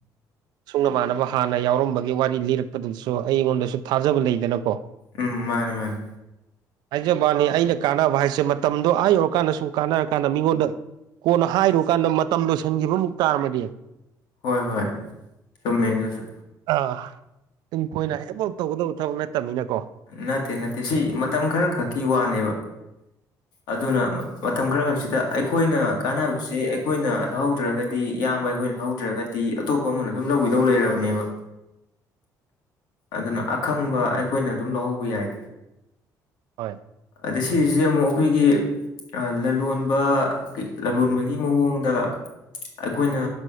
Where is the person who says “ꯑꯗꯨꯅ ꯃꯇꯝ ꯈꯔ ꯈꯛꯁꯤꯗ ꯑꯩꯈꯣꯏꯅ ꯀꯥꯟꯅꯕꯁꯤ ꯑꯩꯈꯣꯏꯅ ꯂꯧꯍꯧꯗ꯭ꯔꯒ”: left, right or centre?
Left